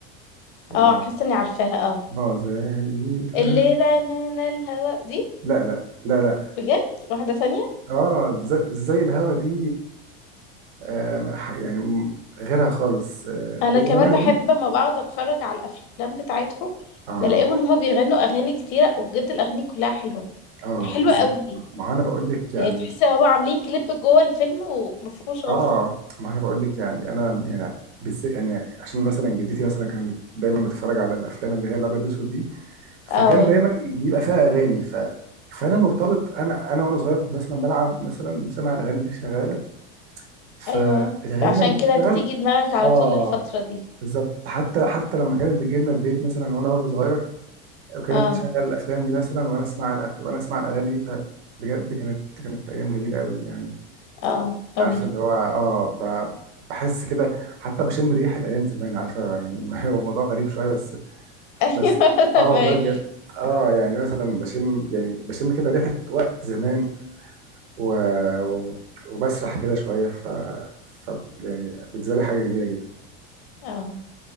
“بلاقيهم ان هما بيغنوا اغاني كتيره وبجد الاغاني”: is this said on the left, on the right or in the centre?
Left